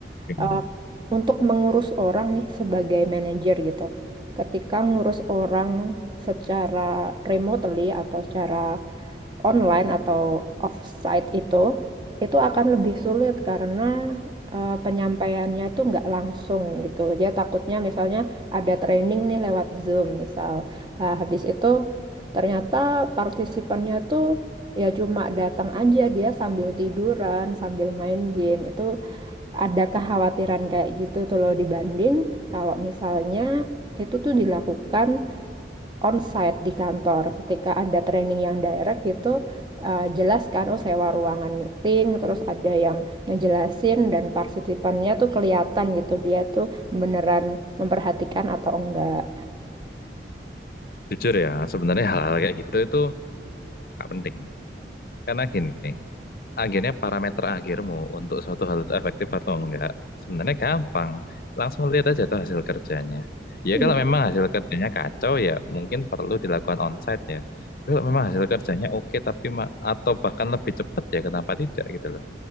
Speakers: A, on the left; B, on the right.
A: Yang
B: eh, untuk mengurus orang nih sebagai manajer gitu. Ketika ngurus orang secara remotely atau secara online atau offsite itu itu akan lebih sulit karena eh, penyampaiannya tuh nggak langsung gitu. Dia takutnya misalnya ada training nih lewat Zoom misal. Nah, habis itu ternyata partisipannya tuh ya cuma datang aja dia sambil tiduran, sambil main game. Itu ada kekhawatiran kayak gitu tuh loh dibanding kalau misalnya itu tuh dilakukan onsite di kantor. Ketika ada training yang direct gitu, eh, jelas kan, oh sewa ruangan meeting, terus ada yang ngejelasin dan partisipannya tuh kelihatan gitu dia tuh beneran memperhatikan atau enggak.
A: Jujur ya, sebenarnya hal-hal kayak gitu itu gak penting. Karena gini, akhirnya parameter akhirmu untuk suatu hal itu efektif atau enggak, sebenarnya gampang. Langsung lihat aja tuh hasil kerjanya. Ya
B: Iya.
A: kalau memang hasil kerjanya kacau ya mungkin perlu dilakukan onsite ya. Kalau memang hasil kerjanya oke tapi ma- atau bahkan lebih cepat ya kenapa tidak gitu loh.